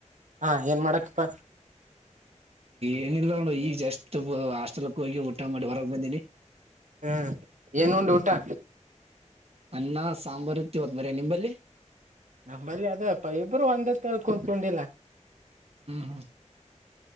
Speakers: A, on the right; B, on the right.
A: ಹಾ ಏನ್ ಮಾಡತೀಪ್
B: ಏನಿಲ್ಲ ನೋಡ ಈಗ ಜಸ್ಟ್ ಹಾಸ್ಟೆಲ್ ಹೋಗಿ ಊಟ ಮಾಡಿ ಹೊರಗ ಬಂದನಿ
A: ಹ್ಮ್ ಏನ್ ಉಂಡ ಊಟಾ
B: ಅನ್ನ ಸಾಂಬಾರ್ ಇತ್ತ ಇವತ್ತ್ ಬರೆ ನಿಂಬಲ್ಲಿ
A: ನಂಬಲ್ಲಿ ಅದೇಪ್ಪ ಇಬ್ಬರು ಒಂದ ತೇಳ್ಕೊಂಡಿಲ್ಲ
B: ಹೂ